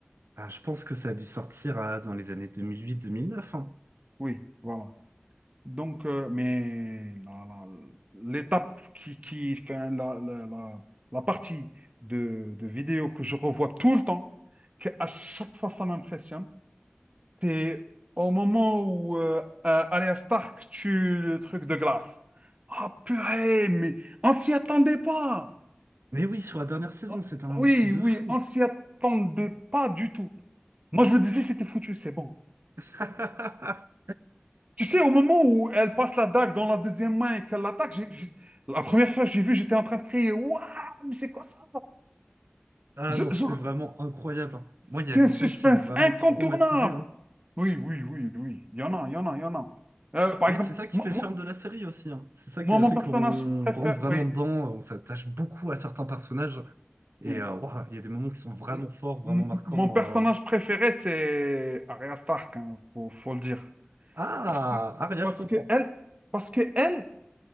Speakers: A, on the right; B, on the right.
A: Ah, je pense que ça a dû sortir ah, dans les années deux deux mille huit, mille neuf, hein.
B: Oui, voilà. Donc, euh, mais la- la- l'étape qui, qui fait la, la, la- la partie de, de vidéo que je revois tout le temps, que à chaque fois ça m'impressionne, c'est au moment où euh, euh, Arya Stark tue le truc de glace. Ah purée, mais on s'y attendait pas.
A: Mais oui, sur la dernière saison,
B: Ah,
A: c'était un
B: Oui,
A: truc de
B: oui,
A: fou.
B: on s'y attendait pas du tout. Moi, je me disais, c'était foutu, c'est bon.
A: <laughs>
B: Tu sais, au moment où elle passe la dague dans la deuxième main et qu'elle l'attaque, j'ai- j'ai- la première fois que j'ai vu, j'étais en train de crier, Waouh, mais c'est quoi ça?
A: Ah
B: Je-
A: non, c'était
B: je-
A: vraiment incroyable. hein.
B: C'était
A: Moi, il y a des
B: un suspense
A: scènes qui m'ont vraiment
B: incontournable.
A: traumatisé. hein.
B: Oui, oui, oui, oui. Il y en a, il y en a, il y en a. Euh, par
A: Mais
B: exemple,
A: c'est ça qui
B: moi,
A: fait le
B: moi-
A: charme de la série aussi. hein. C'est ça
B: moi,
A: qui a
B: mon
A: fait
B: personnage
A: qu'on
B: préféré,
A: rentre vraiment
B: oui.
A: dedans, on s'attache beaucoup à certains personnages. Et
B: oui.
A: euh, ouah, il y a des moments qui sont vraiment
B: M-
A: forts, vraiment
B: m-
A: marquants.
B: Mon personnage
A: euh.
B: préféré, c'est Arya Stark, hein, faut, faut le dire.
A: Ah,
B: Parce que
A: Aria,
B: parce
A: je comprends.
B: que elle, parce que elle,